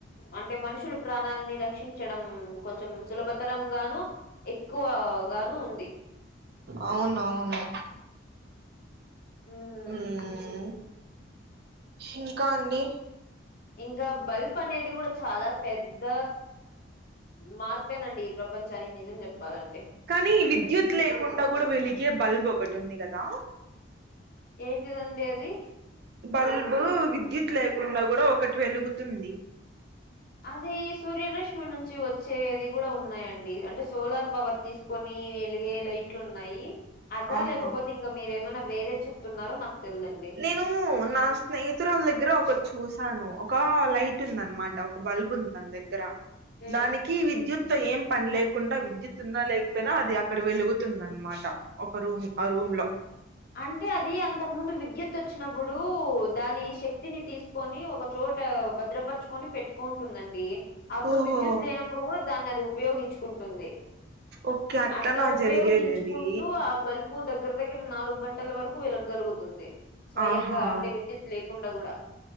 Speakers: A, on the left; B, on the right.
A: అంటే మనుషులు ప్రాణాలని రక్షించడం కొంచెం సులభతరం గాను ఎక్కువ గాను ఉంది
B: అవునవును
A: హ్మ్.
B: హ్మ్. ఇంకా అండి
A: ఇంకా బల్ప్ అనేది గూడా చాలా పెద్ద మార్పేనండి ఈ ప్రపంచానికి నిజం చెప్పాలంటే
B: కానీ విద్యుత్ లేకుండా గూడా వెలిగే బల్బ్ ఒకటి ఉంది గదా
A: ఏంటిదండి అది
B: బల్బు విద్యుత్ లేకుండా కూడా ఒకటి వెలుగుతుంది
A: అది సూర్య రష్మి నుంచి వచ్చేది కూడా ఉన్నాయండి అంటే సోలార్ పవర్ తీసుకు కొన్ని వెలుగే లైట్లున్నాయి అదా
B: ఆహా
A: లేకపోతే ఇంకా మీరేమన్నా వేరేది చెప్తున్నారో నాకు తెల్దండి
B: నేను నా స్నేహితురాళ్దగ్గర ఒకటి చూసాను ఒక లైట్ ఉంది అనమాట ఒక బల్బ్ ఉంది తన దగ్గర
A: ఉమ్.
B: దానికి కి విద్యుత్ ఏం పని లేకుండా విద్యుత్ ఉన్నా లేకపోయినా అది అక్కడ వెలుగుతుందనమాట ఒక రూమ్ ఆ రూమ్ లో
A: అంటే అది అంతకు ముందు విద్యుత్ వచ్చినప్పుడు దాని శక్తిని తీసు కొని ఒక చోట భద్రపరచుకొని పెట్టుకొంటుందండి అబ్బుడు
B: ఓహో
A: విద్యుత్ లేనప్పుడు కూడా దాన్ని అది ఉపయోగిచ్చుకుంటుంది
B: ఓకే అట్లనా
A: అట్లా ఉపయోగించుకుంటూ
B: జరిగేది అది
A: ఆ బల్బ్ ఉప్పు దగ్గర దగ్గర నాలుగు గంటల వరకు వెలగగలుగుతుంది స్వయంగా
B: ఆహా
A: అంటే విద్యుత్ లేకుండా కూడా